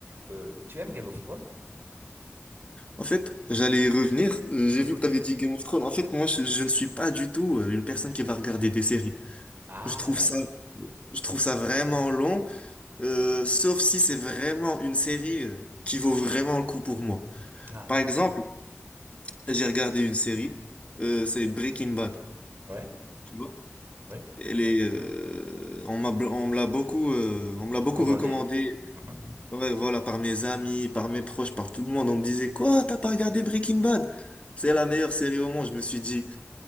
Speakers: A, on the right; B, on the left.
A: Euh, tu aimes Game of Thrones?
B: En fait, j'allais y revenir. Euh, J'ai
A: Mhm.
B: vu que tu avais dit Game of Thrones. En fait, moi, je, je ne suis pas du tout euh, une personne qui va regarder des séries.
A: Ah,
B: Je trouve
A: d'accord.
B: ça, je trouve ça vraiment long, euh, sauf si c'est vraiment une série euh, qui vaut vraiment le coup pour moi.
A: Ah,
B: Par exemple,
A: d'accord.
B: j'ai regardé une série, euh, c'est Breaking Bad.
A: Ouais,
B: Tu vois?
A: ouais.
B: Elle est, euh, on m'a, on me l'a beaucoup, euh, on me l'a
A: Recommandé.
B: beaucoup recommandé.
A: Mhm.
B: Ouais, voilà, par mes amis, par mes proches, par tout le monde. On me disait, quoi, t'as pas regardé Breaking Bad? C'est la meilleure série au monde. Je me suis dit.